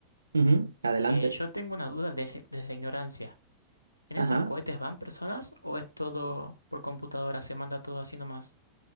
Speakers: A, on the right; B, on the left.
A: Ujú, Adelante.
B: Eh, yo tengo una duda desde desde la ignorancia. ¿En
A: Ajá.
B: esos cohetes van personas o es todo por computadora? Se manda todo así nomás.